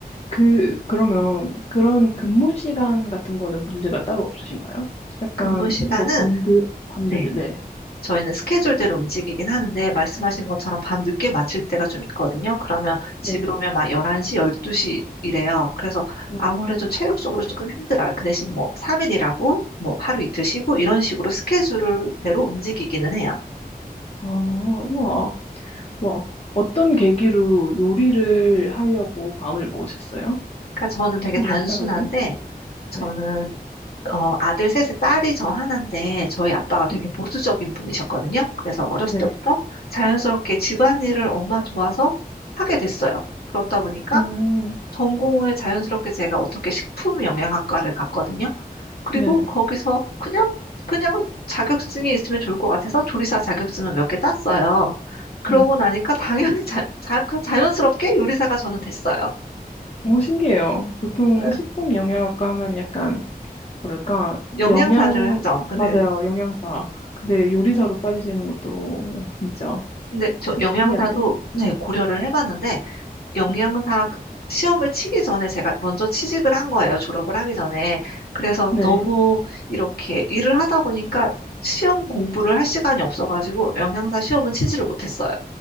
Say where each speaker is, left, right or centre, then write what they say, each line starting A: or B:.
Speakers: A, on the left; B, on the left.
A: 그, 그러면 그런 근무 시간 같은 거는 문제가 따로 없으신가요? 약간,
B: 근무 시간은
A: 뭐, 밤드, 밤늦,
B: 네,
A: 네.
B: 저희는 스케줄대로 움직이긴 하는데 말씀하신 것처럼 밤 늦게 마칠 때가 좀 있거든요. 그러면 집에
A: 네.
B: 오면 막 11시, 12시 이래요. 그래서
A: 네.
B: 아무래도 체력적으로 조금 힘들어요. 그 대신 뭐 3일 일하고 뭐 하루 이틀 쉬고 이런 식으로 스케줄대로 움직이기는 해요.
A: 아, 우와, 와. 어떤 계기로 요리를 하려고 마음을 먹으셨어요?
B: 그러니까 저는 되게
A: 처음에
B: 단순한데
A: 시작할 때? 네.
B: 저는
A: 네.
B: 어, 아들 셋에 딸이 저 하나인데 저희 아빠가 되게
A: 네.
B: 보수적인 분이셨거든요. 그래서 어렸을
A: 네.
B: 때부터 자연스럽게 집안일을 엄마 도와서 하게 됐어요. 그렇다 보니까
A: 오,
B: 전공을 자연스럽게 제가 어떻게 식품 영양학과를 갔거든요. 그리고
A: 네.
B: 거기서 그냥, 그냥 자격증이 있으면 좋을 것 같아서 조리사 자격증을 몇 개 땄어요. 그러고
A: 네.
B: 나니까 <laughs> 당연히 자, 자, 그 자연스럽게 요리사가 저는 됐어요.
A: 오, 신기해요. 보통
B: 네.
A: 식품 영양학과 하면 약간 뭐랄까,
B: 영양사를
A: 영양,
B: 하죠.
A: 맞아요,
B: 네.
A: 영양사. 근데 요리사로 빠지시는 것도 진짜
B: 근데 저 영양사도
A: 신기한데요.
B: 네, 고려를 해봤는데 영양사
A: 네.
B: 그- 시험을 치기 전에 제가 먼저 취직을 한 거예요. 졸업을 하기 전에. 그래서
A: 네.
B: 너무 이렇게 일을 하다 보니까 시험 공부를 할 시간이 없어가지고 영양사 시험은 치지를 못했어요.